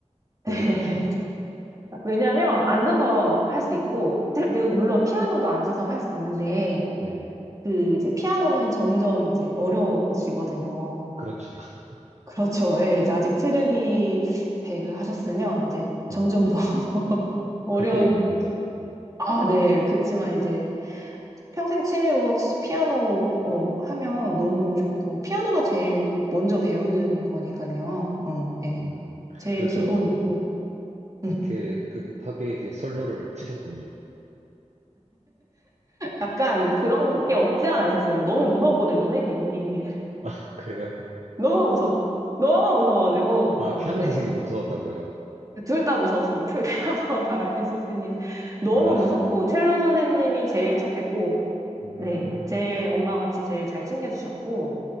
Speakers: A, on the right (about 30°); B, on the right (about 70°).
A: <laughs>
B: 왜 그렇죠?
A: 왜냐하면 앉아서 할 수 있고 테- 묘- 물론 피아노도 앉아서 할 수 있는데
B: 네네.
A: 그 이제 피아노는 점점 이제 어려워지거든요.
B: 그렇죠. <laughs>
A: <laughs> 그렇죠. 예, 이제 아직 트르니 백을 하셨으면 이제
B: 네네.
A: 점점 더 <laughs> 어려.
B: 갈 길이 멉니다. 음,
A: 아, 네. 그렇지만 이제 평생 취미로 치- 피아노 어, 하면 너무너무 좋고 피아노가 제일 먼저 배우는 거니까요. 어, 예.
B: 음.
A: 제일
B: 그래서
A: 기본이고.
B: 그렇게
A: 음.
B: 급하게 이제 선로를 트셨군요.
A: 약간 그런 게 없지 않아 있었어요. 너무 무서웠거든요, 선생님이. <laughs>
B: 아, 그래요?
A: 너무 무서, 너무 무서워가지고,
B: 아,
A: 어,
B: 피아노
A: 네.
B: 선생님 무서웠다고요?
A: 둘 다 무서웠어요. 풀 피아노 <laughs> 바이올린 선생님. 너무
B: 아,
A: 무섭고, 첼로 선생님이 제일 착했고,
B: 음,
A: 네. 제일 엄마같이 제일 잘 챙겨주셨고,